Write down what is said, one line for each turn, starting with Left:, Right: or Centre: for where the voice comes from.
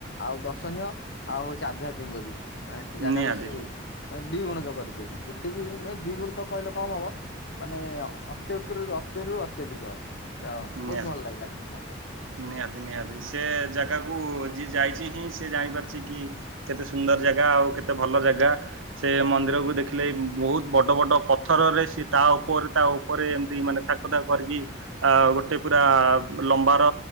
Left: ଆଉ ଦର୍ଶନୀୟ ଆଉ ଚାଥଙ୍କ ବି ମାନେ ସେ ଜାଗା
Right: ନିହାତି
Left: ସେ ଦି ଗୁଣିତ କରିଦଉଛି ଏତିକି ନୁହେଁ ଦି ଗୁଣିତ କହିଲେ କମ ହବ ମାନେ ଅତ୍ୟକରୁ ତ ର ଅତ୍ୟଧିକ। ବହୁତ
Right: ନିହାତି
Left: ଭଲ ଲାଗିଲା କିନ୍ତୁ ମତେ
Right: ନିହାତି ନିହାତି ସେ ଜାଗାକୁ ଯି ଯାଇଛି ହିଁ ସେ ଜାଣିପାରୁଛି କି କେତେ ସୁନ୍ଦର ଜାଗା ଆଉ କେତେ ଭଲ ଜାଗା ସେ ମନ୍ଦିର ଦେଖିଲେ ବହୁତ ବଡ ବଡ ପଥରରେ ସେ ତା ଉପରେ ତା ଉପରେ ଏମିତି ମାନେ କଥାକ କରିକି ଆ ଗୋଟେ ପୁରା ଲମ୍ବାର